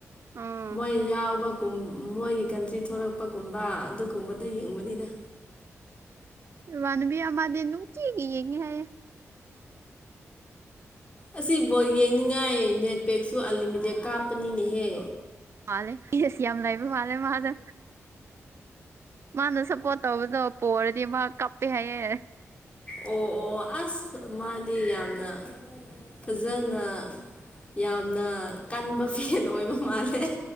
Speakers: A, on the right (about 50°); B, on the left (about 20°).
A: ꯑꯥ
B: ꯃꯣꯏ ꯌꯥꯎꯕ ꯒꯨꯝ ꯃꯣꯏꯒꯤ ꯀꯟꯇ꯭ꯔꯤ ꯊꯣꯔꯛꯄꯒꯨꯝꯕ ꯑꯗꯨꯒꯨꯝꯕꯗ ꯌꯦꯡꯕꯅꯤꯗ
A: ꯏꯃꯥꯟꯅꯕꯤ ꯑꯃꯗꯤ ꯅꯨꯡꯇꯤꯒꯤ ꯌꯦꯡꯉꯦ ꯍꯥꯏꯌꯦ
B: ꯑꯁꯤ ꯕꯣꯜ ꯌꯦꯡꯅꯤꯡꯉꯥꯏ ꯅꯦꯠꯄꯦꯛꯁꯨ ꯑꯟꯂꯤꯃꯤꯇꯦꯠ ꯀꯥꯞꯄꯅꯤꯅꯦꯍꯦ
A: ꯃꯥꯜꯂꯦ ꯑꯩꯁ ꯌꯥꯝ ꯂꯩꯥꯏꯕ ꯃꯥꯜꯂꯦ ꯃꯥꯗꯣ ꯃꯥꯅ ꯁꯞꯄꯣꯔꯠ ꯇꯧꯕꯗꯣ ꯄꯣꯔꯗꯤ ꯃꯥ ꯀꯞꯄꯦ ꯍꯥꯏꯌꯦ
B: ꯑꯣ ꯑꯣ ꯑꯁ ꯃꯥꯗꯤ ꯌꯥꯝꯅ ꯐꯖꯟꯅ ꯌꯥꯝꯅ ꯀꯟꯕ ꯐꯦꯟ ꯑꯣꯏꯕ ꯃꯥꯜꯂꯦ